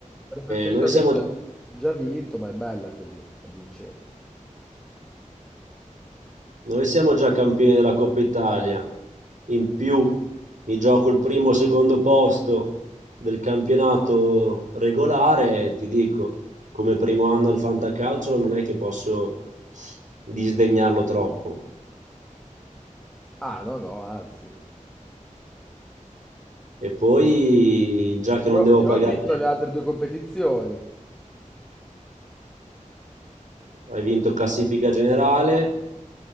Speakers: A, in the centre; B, on the right (about 70°).
A: avrei preferito
B: noi
A: aver
B: siamo...
A: già, già vinto, ma è bella così, avvincente.
B: Noi siamo già campioni della Coppa Italia, in più mi gioco il primo o secondo posto del campionato regolare e ti dico, come primo anno al Fantacalcio non è che posso disdegnarlo troppo.
A: Ah no, no, anzi.
B: E poi, già che non
A: No,
B: devo
A: io
B: pagare,
A: ho vinto le altre due competizioni
B: hai vinto classifica generale,